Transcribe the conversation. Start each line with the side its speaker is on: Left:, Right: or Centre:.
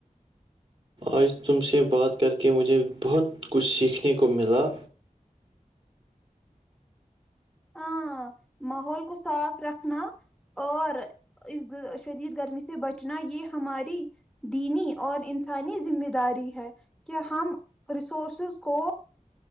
Right: آج تم سے بات کر کے مجھے بہت کچھ سیکھنے کو ملا
Centre: ہاں ماحول کو صاف رکھنا اور اس شدید گرمی سے بچنا یہ ہماری دینی اور انسانی ذمہ داری ہے کہ ہم ریسورورسز کو